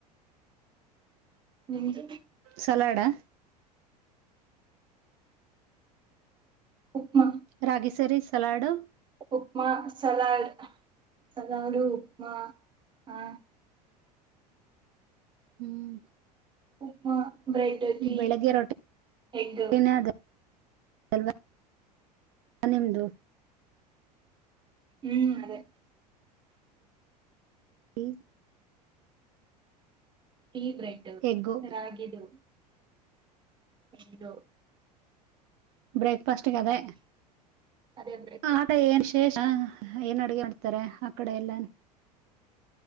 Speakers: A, on the right; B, on the right.
A: ನಿಮದು.
B: ಸಲಾಡಾ
A: ಹ ಹಾ
B: ರಾಗಿ ಸರಿ salad
A: upma salad salad upma ಹಾ
B: ಹ್ಮ್
A: ಹಹ ಬ್ರೆಡ್ ಟೀ
B: ಬೆಳಿಗ್ಗೆ
A: ಎಗ್
B: ರೊಟ್ಟಿನೇ ಅದ ಅಲ್ವಾ ನಿಮ್ದು.
A: ಹ್ಮ್ ಅದೇ
B: ಹ್ಮ
A: ಈೀ ಬ್ರೆಡ್
B: ಎಗ್ಗು
A: ರಾಗಿದು ಹದು
B: ಬ್ರೇಕ್ಫಾಸ್ಟ್ ಕದಾ
A: ಅದೇ ಬೇಕು
B: ಆತ ಏನ್ ಶೇಷ ಏನ್ ಅಡ್ಗೆ ಮಾಡಡ್ತಾರೆ ಆ ಕಡೆ ಎಲ್ಲ